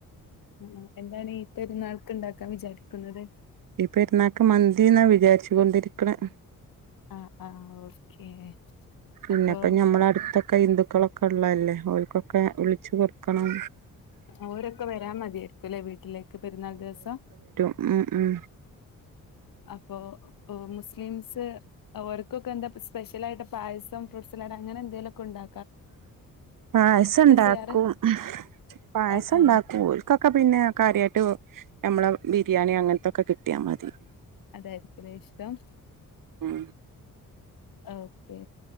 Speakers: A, on the left; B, on the right.
A: ഉം എന്താണ് ഇപ്പെരുന്നാൾക്ക് ഉണ്ടാക്കാൻ വിചാരിക്കുന്നത്
B: ഇപ്പെരുന്നാക്ക് മന്തി എന്നാ വിചാരിച്ച് കൊണ്ടിരിക്കണെ
A: ആ ആ ഓക്കേ
B: പിന്നെപ്പ
A: അപ്പൊ
B: ഞമ്മള അടുത്തൊക്കെ ഹിന്ദുക്കളൊക്കെ ഉള്ളതല്ലേ അവർ ക്കൊക്കെ വിളിച്ചു കൊടുക്കണം
A: ഓരൊക്കെ വരാൻ മടിയായിരിക്കും അല്ലേ വീട്ടിലേക്ക് പെരുന്നാൾ ദിവസം
B: മ് മ്
A: അപ്പോ മുസ്ലീംസ് അവർക്കൊക്കെന്താ സ്പെഷ്യൽ ആയിട്ട് പായസം ഫ്രൂട്ട്സലാഡ് അങ്ങനെ എന്തെങ്കിലും ഒക്കെ ഉണ്ടാ
B: പായസം ഉണ്ടാക്കും
A: ചെയ്യാറ്
B: പായസം
A: ആ ആ
B: ഉണ്ടാക്കും പോൽ <unintelligible> പിന്നെ കാര്യമായിട്ട് നമ്മളെ ബിരിയാണി അങ്ങനത്തൊക്കെ കിട്ടിയാൽ മതി
A: അതായിരിക്കുവെ ഇഷ്ടം
B: മ്
A: ഓക്കേ